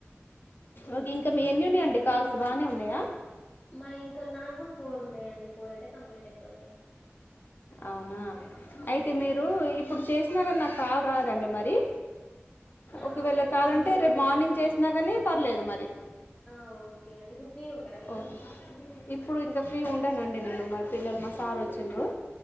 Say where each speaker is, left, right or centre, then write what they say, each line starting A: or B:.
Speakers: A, on the left; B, on the left.
A: ఉమ్
B: ఓకే ఇంక మీ ఎన్ని ఉన్నాయంండి కాల్ బానె ఉన్నాయ
A: మా ఇంక నాక్కూడా ఫోర్ ఉన్నాయంండి ఫోర్ అయితే కంప్లీట్ అయిపోతాయి
B: అవునా అయితే
A: ఉమ్
B: మీరు ఇప్పుడు చేసిన గాని నాకు కాల్ రాదండి మరి
A: ఆ
B: ఒకవేళ
A: ఓకే ఇప్పుడు
B: కాదంటే
A: నేను చేయండి
B: రేపు మార్నింగ్
A: నాకు ఇప్పుడు
B: చేసినా గానీ పర్లేదు మరి
A: ఆ ఓకే అండి ఇప్పుడు ఫ్రీ ఉంటారా మీరు
B: ఓకే
A: మళ్ళీ
B: ఇప్పుడు ఇంకా ఫ్రీ ఉండనండి నేను మారి పిల్లలు మా సార్ వచ్చిన్రు